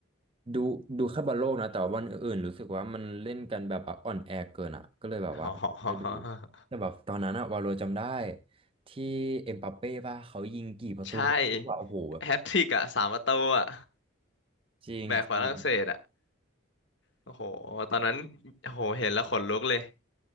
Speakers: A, on the right; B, on the left.
A: ดูดูแค่บอลโลกนะแต่ว่าวันอื่นๆรู้สึกว่ามันเล่นกันแบบว่าอ่อนแอเกินอ่ะก็เลยแบบว่าไปดู
B: อ๋อ <laughs>
A: แต่แบบตอนนั้นอะวาโลจำได้ที่เอ็มบัปเป้ป่ะเขายิงกี่ประตู
B: ใช่ <laughs>
A: ว่าโอ้โหแบบ
B: แฮตทริกอ่ะสามประตูอ่ะ
A: จริงจริง
B: แบกฝรั่งเศสอ่ะโอ้โหตอนนั้นโอ้โหเห็นแล้วขนลุกเลย